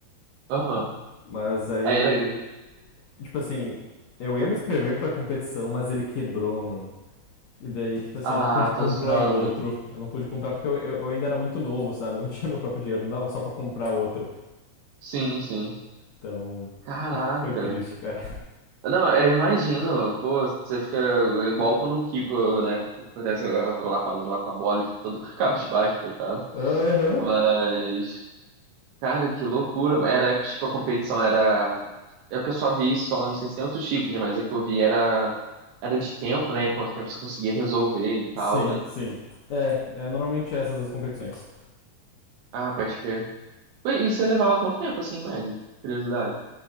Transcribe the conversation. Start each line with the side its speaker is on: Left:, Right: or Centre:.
Right: Aham.
Left: Mas aí,
Right: Aí era.
Left: tipo assim, eu ia me inscrever pra competição, mas ele quebrou, mano. E daí, tipo assim,
Right: Ah,
Left: eu não pude comprar
Right: tá zoando.
Left: o outro. Eu não pude comprar porque eu, eu, eu ainda era muito novo, sabe? Eu não <laughs> tinha meu próprio dinheiro, não dava só pra comprar outro.
Right: Sim, sim.
Left: Então,
Right: Caraca.
Left: foi triste, cara.
Right: Não, eu imagino. Pô, você fica igual quando o Kiko, né? Acontece lá lapada lá com a bola, ele fica todo <laughs> cabisbaixo, coitado.
Left: <laughs> Aham.
Right: Mas. Cara, que loucura. Era tipo a competição era. É o que eu só vi só, não sei se tem outros tipos, né? Mas a que eu vi era era de tempo, né? Em quanto tempo você conseguia resolver e tal,
Left: Sim,
Right: né?
Left: sim. É, é normalmente é essas as competições.
Right: Ah, pode crer. Ué, E você levava quanto tempo, assim, em média? Curiosidade.